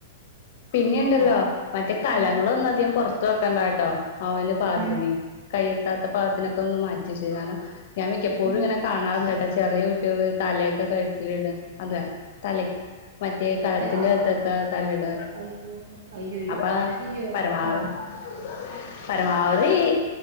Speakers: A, on the left (about 50°); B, on the right (about 70°).
A: പിന്നിണ്ടല്ലോ
B: ആ
A: മറ്റേ കലങ്ങളൊന്നധികം
B: ഉം
A: പൊറ മുത്തൊക്കണ്ടാട്ടോ അവന് പാത്തിന്
B: ഉം
A: കയ്യെത്താത്ത പാത്തിനൊക്കെ ഒന്ന് മാറ്റിവച്ച കാണം ഞമിക്കപ്പോഴുങ്ങനെ
B: ഉം
A: കാണാറുണ്ട് കേട്ടോ ചെറിയ കുട്ടിള് തലയൊക്കെ കഴുത്തിലിടാ അല്ല തല മറ്റേ കലത്തിന്റെ
B: ആ
A: അകത്തൊക്കെ
B: ആ
A: തല്ലിട
B: അയ്യോ അയ്യോയ്യോ
A: അപ്പൊ
B: അങ്ങനെ ചെയ്യോ
A: പരമാ <unintelligible>
B: ഉം
A: പരമാവധി